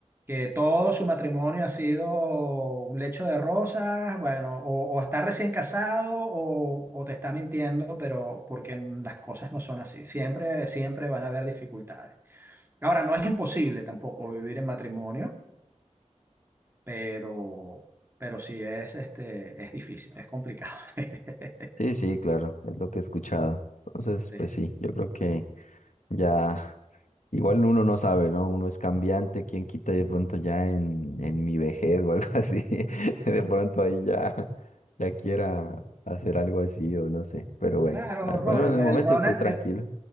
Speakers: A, on the right (about 20°); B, on the left (about 85°).
A: que todo su matrimonio ha sido un lecho de rosas, bueno, o, o está recién casado o, o te está mintiendo, pero porque las cosas no son así. Siempre, siempre van a haber dificultades. Ahora, no es imposible tampoco vivir en matrimonio, pero, pero sí es, este, es difícil, es complicado. <laughs>
B: Sí, sí, claro, es lo que he escuchado. Entonces,
A: Sí.
B: pues sí, yo creo que ya. Igual uno no sabe, ¿no? Uno es cambiante, quién quita y de pronto ya en, en mi vejez o algo así, <laughs> de pronto ahí ya, ya quiera hacer algo así o no sé, pero bueno,
A: Claro,
B: al-
A: Ronald,
B: bueno, en el
A: el
B: momento
A: Ronald,
B: estoy tranquilo.
A: el-